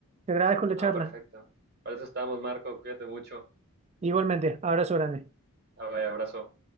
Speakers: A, on the right; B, on the right.
A: Te agradezco la
B: Ah,
A: charla.
B: perfecto. Para eso estamos, Marco, cuídate mucho.
A: Igualmente, abrazo grande.
B: Ah, vaya, abrazo.